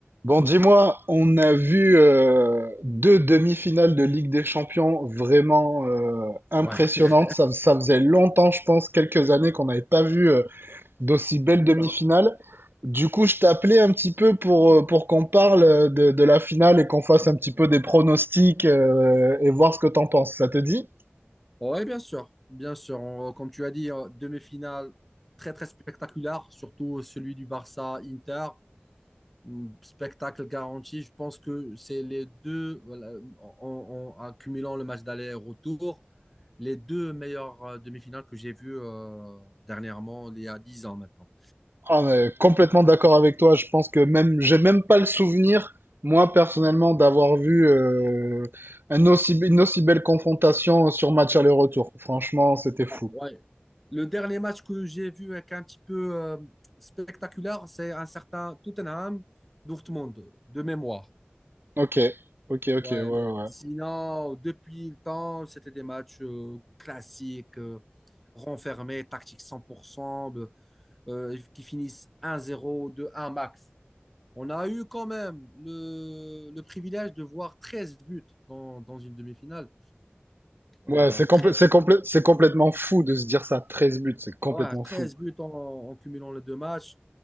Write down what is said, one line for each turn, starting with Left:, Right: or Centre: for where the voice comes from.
Right: Bon, dis-moi, on a vu euh, deux demi-finales de Ligue des Champions vraiment euh, impressionnantes.
Centre: Ouais. <laughs>
Right: Ça, ça faisait longtemps, je pense, quelques années qu'on n'avait pas vu euh, d'aussi belles
Centre: D'accord.
Right: demi-finales. Du coup, je t'appelais un petit peu pour, euh, pour qu'on parle euh, de, de la finale et qu'on fasse un petit peu des pronostics euh, et voir ce que t'en penses. Ça te dit?
Centre: Ouais, bien sûr, bien sûr. On- comme tu as dit, euh, demi-finale très très spectaculaire, surtout celui du Barça-Inter. Hum, Spectacle garanti. Je pense que c'est les deux, voilà, en, en- en accumulant le match d'aller-retour, les deux meilleures euh, demi-finales que j'ai vues euh, dernièrement, il y a 10 ans maintenant.
Right: Ah, mais complètement d'accord avec toi. Je pense que même, j'ai même pas le souvenir, moi personnellement, d'avoir vu euh, un aussi, une aussi belle confrontation sur match aller-retour. Franchement, c'était fou.
Centre: Ouais. Le dernier match que j'ai vu avec un petit peu euh, spectaculaire, c'est un certain Tottenham-Dortmund, de mémoire.
Right: Ok, ok, ok,
Centre: Ouais,
Right: ouais, ouais.
Centre: mais sinon, depuis le temps, c'était des matchs euh, classiques, euh, renfermés, tactique 100%, de- euh, qui finissent 1-0, 2-1 max. On a eu quand même le, le privilège de voir 13 buts dans, dans une demi-finale. Euh,
Right: Ouais, Ouais, c'est
Centre: 13,
Right: complè- c'est complè- c'est complètement fou de se dire ça. treize buts, c'est complètement
Centre: ouais, 13
Right: fou.
Centre: buts en, en cumulant les deux matchs.